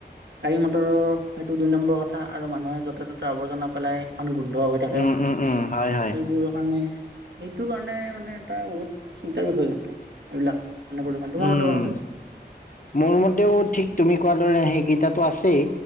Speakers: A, on the right; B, on the left.
A: গাড়ী মটৰৰ সেইটো দুই নম্বৰ কথা, আৰু মানুহে য'তে ত'তে আৱৰ্জনা পেলাই। ইমান গোন্ধ হৈ থাকে,
B: উম, উম, উম, হয়, হয়,
A: এইবোৰৰ কাৰণে এইটো কাৰণে মানে এটা বহুত চিন্তাৰ বিষয় কিন্তু এইবিলাক। মানে প্ৰদূষণ তোমাৰ
B: উম,
A: মতে কোৱাচোন
B: মোৰ মতেও ঠিক তুমি কোৱা <unintelligible> সেইকিটাটো আছেই